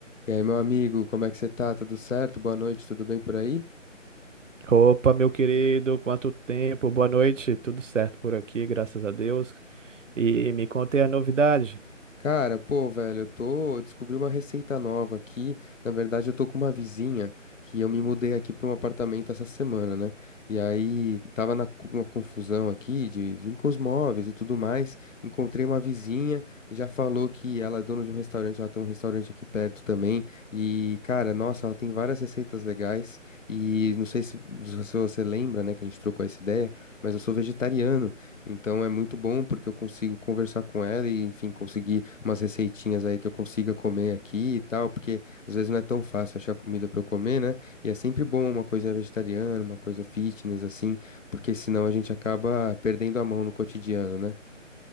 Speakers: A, on the left; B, on the right.
A: E aí, meu amigo, como é que você tá? Tudo certo? Boa noite, tudo bem por aí?
B: Opa, meu querido, quanto tempo, boa noite, tudo certo por aqui, graças a Deus. E me contei a novidade.
A: Cara, pô, velho, eu tô, eu descobri uma receita nova aqui. Na verdade, eu tô com uma vizinha que eu me mudei aqui pra um apartamento essa semana, né? E aí tava na cu- uma confusão aqui de vir com os móveis e tudo mais. Encontrei uma vizinha, já falou que ela é dona de um restaurante, ela tem um restaurante aqui perto também. E, cara, nossa, ela tem várias receitas legais. E não sei se, se você lembra, né, que a gente trocou essa ideia, mas eu sou vegetariano. Então é muito bom porque eu consigo conversar com ela e, enfim, conseguir umas receitinhas aí que eu consiga comer aqui e tal, porque às vezes não é tão fácil achar comida pra eu comer, né? E é sempre bom uma coisa vegetariana, uma coisa fitness, assim, porque senão a gente acaba perdendo a mão no cotidiano, né?